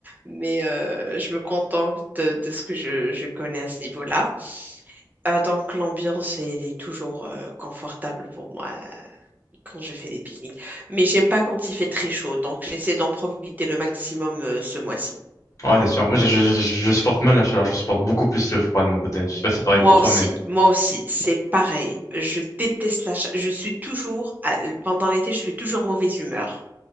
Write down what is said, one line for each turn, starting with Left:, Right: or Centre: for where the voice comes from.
Right: mais euh, je me contente de, de ce que je, je connais à ce niveau-là. Euh, donc l'ambiance elle est toujours euh, confortable pour moi euh, quand je fais des pique-niques. Mais j'aime pas quand il fait très chaud, donc j'essaie d'en profiter le maximum euh, ce mois-ci.
Left: Ouais, c'est sûr. Moi, je, je, je- je supporte mal la chaleur. Je supporte beaucoup plus le froid de mon côté. Je sais pas si c'est pareil
Right: Moi
Left: pour toi,
Right: aussi,
Left: mais...
Right: moi aussi, c'est pareil. Je déteste la cha- Je suis toujours, à- pendant l'été, je suis toujours mauvaise humeur.